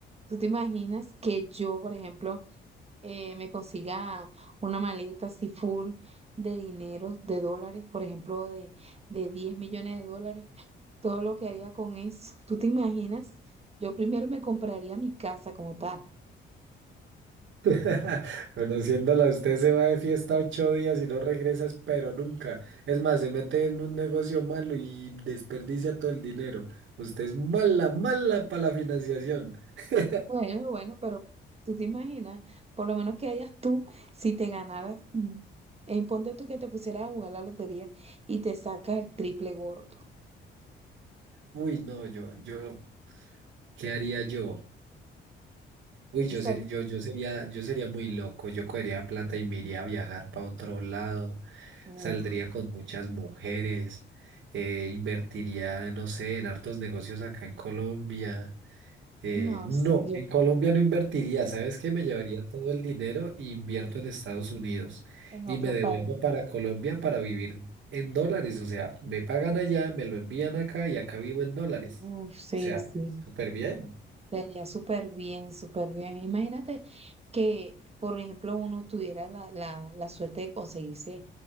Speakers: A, on the right (about 30°); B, on the right (about 70°).
A: tú te imaginas que yo, por ejemplo, eh, me consiga una maleta así full de dinero, de dólares, por ejemplo, de, de 10 millones de dólares todo lo que haría con eso. <laughs> ¿Tú te imaginas? Yo primero me compraría mi casa como tal.
B: <laughs> Conociéndola, usted se va de fiesta ocho días y no regresa, pero nunca. Es más, se mete en un negocio malo y desperdicia todo el dinero. Usted es mala, mala para la financiación. <laughs>
A: Bueno, bueno, pero tú te imaginas, por lo menos que harías tú si te ganaras, mm, eh, ponte tú que te pusieras a jugar la lotería y te sacas el triple gordo.
B: Uy, no, yo, yo, ¿qué haría yo? Uy,
A: Esa,
B: yo sería, yo, yo sería, yo sería muy loco. Yo cogería plata y me iría a viajar para otro lado.
A: uf,
B: Saldría con muchas mujeres. eh, invertiría, no sé, en hartos negocios acá en Colombia. eh,
A: no,
B: no,
A: soy yo
B: en Colombia no invertiría. ¿Sabes qué? Me llevaría todo el dinero e invierto en Estados Unidos.
A: en
B: Y
A: otro
B: me devuelvo
A: país.
B: para Colombia para vivir en dólares. O sea, me pagan allá, me lo envían acá y acá vivo en dólares.
A: Uf, sí,
B: O sea,
A: sí.
B: súper bien.
A: Sería súper bien, súper bien. Imagínate que, por ejemplo, uno tuviera la, la, la suerte de conseguirse